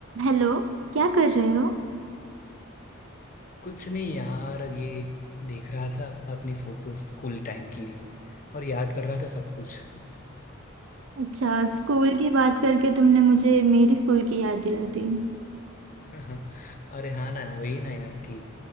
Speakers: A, on the right; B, on the left.
A: Hello क्या कर रहे हो
B: कुछ नहीं यार ये देख रहा था अपनी फोटो स्कूल टाइम की और याद कर रहा था सब कुछ
A: अच्छा स्कूल की बात करके तुमने मुझे मेरी स्कूल की याद दिला दी
B: <laughs> अरे हाँ ना वही ना यार कि